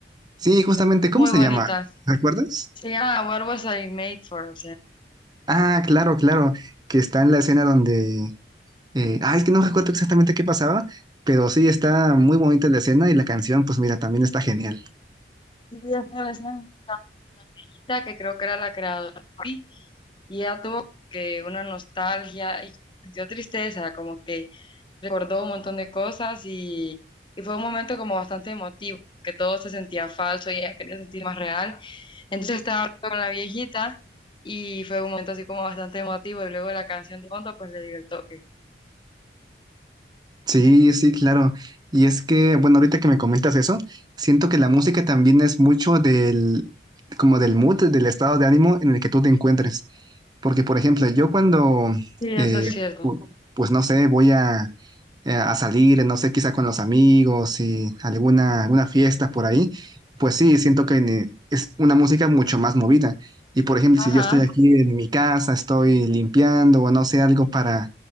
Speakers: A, on the right (about 25°); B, on the left (about 25°).
A: sí, justamente,
B: la- muy
A: ¿cómo se
B: bonita.
A: llama? ¿Recuerdas?
B: Se llama What Was I Made For?
A: Ah, claro, claro, que está en la escena donde, eh, ah, es que no recuerdo exactamente qué pasaba, pero sí, está muy bonita la escena y la canción, pues mira, también está genial.
B: Sí, esta vez me invitaron una viejita que creo que era la creadora de Barbie, y ella tuvo como que una nostalgia y como que sintió tristeza, como que recordó un montón de cosas y, y fue un momento como bastante emotivo, que todo se sentía falso y ella quería sentir más real. Entonces estaba hablando con la viejita y fue un momento así como bastante emotivo y luego la canción de fondo pues le dio el toque.
A: Sí, sí, claro. Y es que, bueno, ahorita que me comentas eso, siento que la música también es mucho del, como del mood, del estado de ánimo en el que tú te encuentres. Porque, por ejemplo, yo cuando,
B: Sí, eso
A: eh,
B: es cierto.
A: pu- pues no sé, voy a, eh, a salir, no sé, quizá con los amigos y alguna, alguna fiesta por ahí, pues sí, siento que ne- es una música mucho más movida. Y por ejemplo, si
B: Ajá.
A: yo estoy aquí en mi casa, estoy limpiando o no sé, algo para,